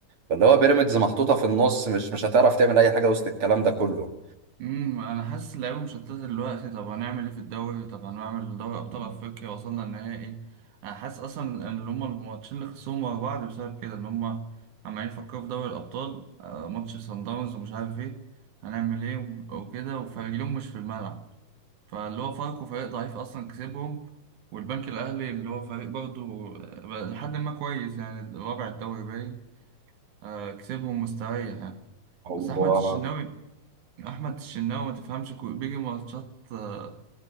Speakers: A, on the right (about 50°); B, on the right (about 75°).
A: فاللي هو بيراميدز محطوطة في النص مش مش هتعرف تعمل اي حاجة وسط الكلام ده كله
B: امم انا حاسس اللعيبه مشتته دلوقتي طب هنعمل ايه في الدوري طب هنعمل دوري ابطال افريقيا وصلنا النهائي انا حاسس اصلا ان هما الماتشين اللي خسروهم ورا بعض بسبب كده ان هما عمالين يفكروا في دوري الابطال آه، ماتش سان داونز ومش عارف ايه هنعمل ايه وكده وفريقهم مش في الملعب فاللي هو فاركو فريق ضعيف اصلا كسبهم والبنك الاهلي اللي هو فريق برضه آه، لحد ما كويس يعني رابع الدوري باين آه، كسبهم مستريح يعني
A: هو
B: بس احمد الشناوي احمد الشناوي ما تفهمش كو... بيجي ماتشات آه،